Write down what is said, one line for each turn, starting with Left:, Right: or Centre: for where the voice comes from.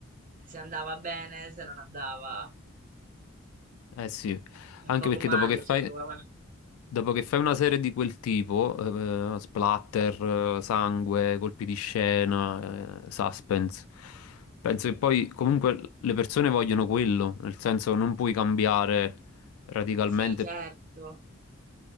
Right: se andava bene, se non andava
Left: Eh sì,
Right: un
Left: anche
Right: poco
Left: perché
Right: male,
Left: dopo che fai...
Right: ci provavano.
Left: Dopo che fai una serie di quel tipo, eh, splatter, eh, sangue, colpi di scena, eh, suspense, penso che poi comunque le persone vogliono quello, nel senso non puoi cambiare radicalmente,
Right: Sì, certo.